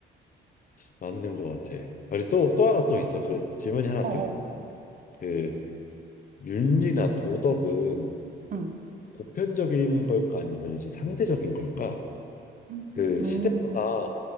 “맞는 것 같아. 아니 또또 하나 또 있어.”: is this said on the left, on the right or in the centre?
Left